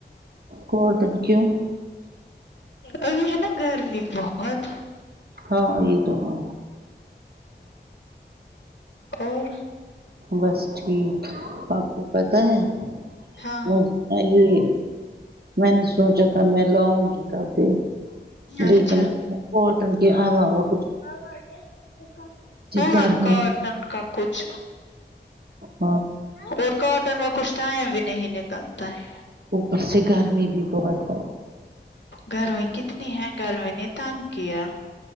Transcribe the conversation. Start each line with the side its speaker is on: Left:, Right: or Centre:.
Right: کورٹوں کیوں
Left: ابھی ہے نا گرمی بہت
Right: ہاں یہ تو ہے
Left: اور
Right: بس ٹھیک آپ کو پتا ہے
Left: ہاں
Right: مست ہے یہ <unintelligible> میں نے سوچا تھا میں لاؤں گی کبہی
Left: اچھا
Right: لیکن کورٹوں کی ہوا ہو
Left: <unintelligible>
Right: گرمی
Left: ٹن کا کچھ
Right: ہاں
Left: اور کاٹن میں کچھ ٹائم بھی نہیں نکلتا ہے
Right: اوپر سے گرمی بھی بہت ہے
Left: گرمی کتنی ہے گرمی نے تنگ کیا